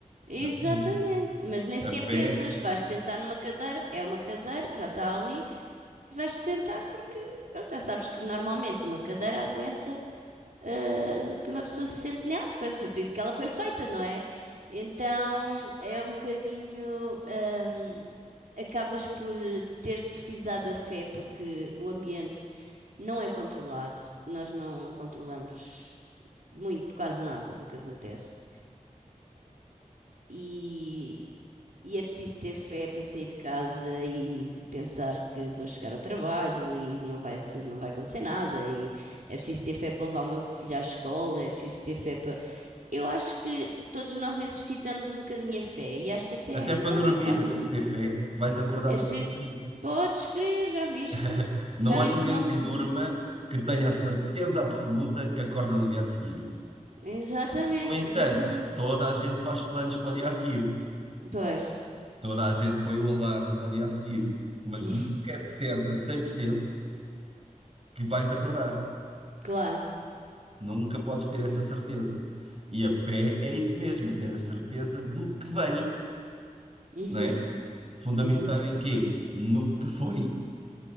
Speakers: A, on the right (about 75°); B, on the right (about 50°).
A: exatamente,
B: Exatamente.
A: mas nem sequer
B: A fé
A: pensas, vais-te sentar numa cadeira, é uma cadeira, já está ali, vais-te sentar porque pronto, já sabes que normalmente uma cadeira aguenta eh, que uma pessoa se sente nela. Foi, foi por isso que ela foi feita, não é? Então é um bocadinho. ahm, acabas por ter que precisar da fé porque o ambiente não é controlado. Nós não controlamos muito, quase nada do que acontece. E, e é preciso ter fé para sair de casa e pensar que vou chegar ao trabalho e não vai, faz- não vai acontecer nada. E é preciso ter fé para levar o meu filho à escola, é preciso ter fé para. Eu acho que todos nós exercitamos um bocadinho a fé e acho que até.
B: Até para
A: Pronto,
B: dormir
A: acaba.
B: é preciso ter fé que vais acordar
A: É
B: no
A: preciso.
B: dia a seguir.
A: Podes crer, já viste?
B: <laughs> Não
A: Já
B: há
A: viste
B: ninguém
A: se não.
B: que durma que tenha a certeza absoluta que acorda no dia a seguir.
A: Exatamente,
B: No entanto,
A: exatamente.
B: toda a gente faz planos para o dia a seguir.
A: Pois,
B: Toda a gente põe o alarme para o dia a seguir. Mas
A: <laughs>
B: nunca é certa 100%, que vais acordar.
A: claro.
B: Nunca podes ter essa certeza. E a fé é isso mesmo, é ter a certeza do que vem,
A: Uhum,
B: não é? Fundamentado
A: uhum.
B: em quê? No que foi,